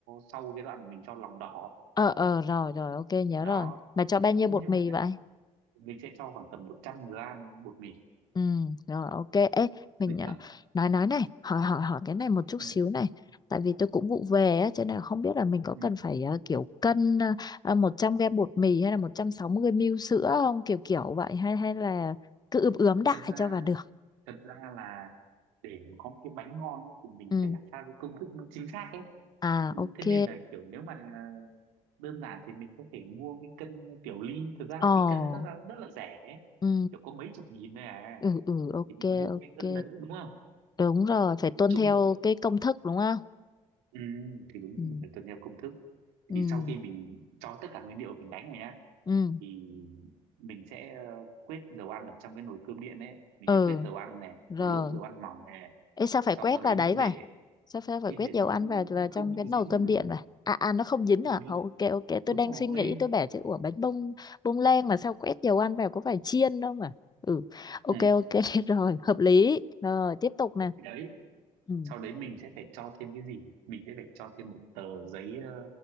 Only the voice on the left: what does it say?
Ờ ờ rồi rồi ok nhớ
rồi. Bà cho bao nhiêu
bột mì
vậy?
Ừ rồi ok. Ê mình
ờ,
nói nói này, hỏi hỏi hỏi cái này một chút
xíu này. Tại vì tôi cũng vụ về á cho nên là không biết là mình có
cần phải ờ, kiểu cân uh, 100 gram bột mì hay là 160 ml sữa không kiểu kiểu vậy hay hay là cứ ướp ướm đại
cho vào được.
Ừ.
À
ok.
Ồ.
Ừ.
Ừ ừ ok
ok.
Đúng rồi, phải tuân
theo
cái công thức đúng không?
Ừ.
Ừ.
ừ
ừ
rồi
Ê, sao phải
quét
vào đấy
vậy
sao sao phải
quét
dầu
ăn vào vào trong
cái
nồi
cơm điện
vậy à à nó không dính à
Ồ, ok ok tôi
đang
suy nghĩ tôi bảo chứ ủa bánh bông bông lan mà sao quét dầu ăn vào có phải chiên đâu mà ừ ok
ok <laughs> rồi hợp lý rồi tiếp tục nè
ừ